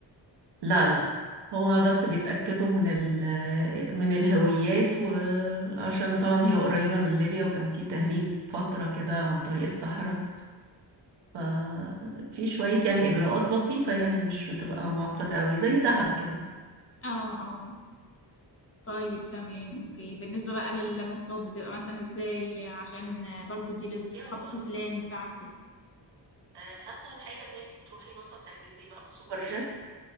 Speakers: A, on the right (about 65°); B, on the left (about 30°).
A: لا لا هو بس بيتأكدوا من ال من الهويات وعشان طبعا هي قريبة من ليبيا وكان في تهريب فترة كده عن طريق الصحراء ففي شوية يعني إجراءات بسيطة يعني مش بتبقى معقدة أوي زي دهب كده
B: اه اه طيب تمام اوكي بالنسبة بقى للمواصلات بتبقى مثلا ازاي عشان آه، برضو دي لازم
A: بصي
B: تتحط
A: هو
B: في البلان بتاعتي
A: آه، اسهل حاجه ان انت تروحي مثلا تحجزي بقى السوبر جيت